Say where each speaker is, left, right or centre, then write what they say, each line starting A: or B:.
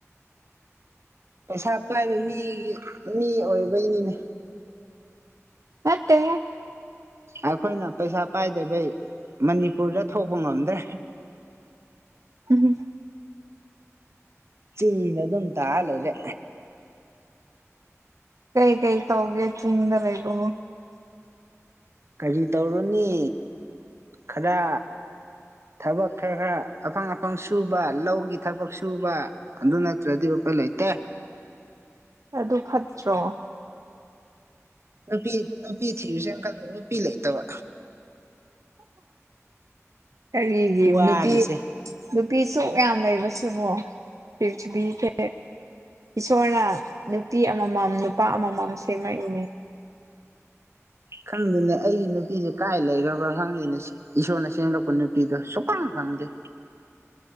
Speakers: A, on the right; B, on the right.
A: ꯄꯩꯁꯥ ꯄꯥꯏꯕ ꯃꯤꯒꯤ ꯃꯤ ꯑꯣꯏꯕꯩꯅꯤꯅꯦ
B: ꯃꯠꯇꯦ
A: ꯑꯩꯈꯣꯏꯅ ꯄꯩꯁꯥ ꯄꯥꯏꯗꯕꯩ ꯃꯅꯤꯄꯨꯔꯗ ꯊꯣꯛꯄ ꯉꯝꯗ꯭ꯔꯦ
B: ꯎꯝ
A: ꯆꯤꯡꯗ ꯑꯗꯨꯝ ꯇꯥ ꯂꯩꯔꯦ
B: ꯀꯩ ꯀꯩ ꯇꯧꯒꯦ ꯆꯤꯡꯗ ꯂꯩ ꯑꯗꯨ
A: ꯀꯔꯤ ꯇꯧꯔꯅꯤ ꯈꯔ ꯊꯕꯛ ꯈꯔ ꯈꯔ ꯑꯐꯪ ꯑꯐꯪ ꯁꯨꯕ ꯂꯧꯒꯤ ꯊꯕꯛ ꯁꯨꯕ ꯑꯗꯨꯟ ꯅꯠꯇꯗꯤꯕꯄꯂꯥꯏꯇ
B: ꯑꯗꯨ ꯐꯠꯇ꯭ꯔꯣ
A: ꯅꯨꯄꯤ ꯅꯨꯄꯤ ꯊꯤꯔꯨꯁꯦꯅ ꯈꯟꯕ ꯅꯨꯄꯤ ꯂꯩꯇꯕ
B: ꯀꯔꯤꯒꯤ
A: ꯋꯥꯔꯤꯁꯦ
B: ꯅꯨꯄꯤ ꯅꯨꯄꯤ ꯁꯣꯛ ꯌꯥꯝ ꯂꯩꯕꯕꯁꯤꯕꯣ ꯄꯤꯔꯤꯛꯊꯤꯕꯤꯁꯦ ꯏꯁꯣꯔꯅ ꯅꯨꯄꯤ ꯑꯃꯃꯝ ꯅꯨꯄꯥ ꯑꯃꯃꯝ ꯁꯦꯝꯃꯛꯏꯅꯦ
A: ꯈꯪꯗꯦꯅꯦ ꯑꯩ ꯅꯨꯄꯤꯁꯦ ꯀꯥꯏ ꯂꯩꯈ꯭ꯔꯕ꯭ꯔꯥ ꯈꯪꯗꯦꯅꯦ ꯁꯤ ꯏꯁꯣꯔꯅ ꯁꯦꯝꯡꯂꯛꯄ ꯅꯨꯄꯤꯗꯣ ꯁꯨꯈꯪ ꯈꯪꯗꯦ